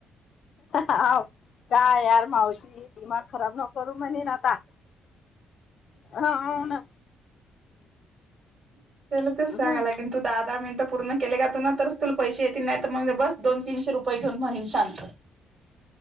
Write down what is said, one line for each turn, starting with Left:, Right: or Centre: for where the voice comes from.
Left: हाव काय यार मावशी दीमाग खराब नको करू म्हनेन आता, आ हो ना.
Right: त्याला तेच
Left: ह
Right: सांगयला लागिन तु दहा, दहा मिन ट पूर्ण केले का तुन, तरच तुला पैसे येतील, नाही तर मग बस दोन, तीनशे रुपये घेऊन म्हनीन शांत <inaudible>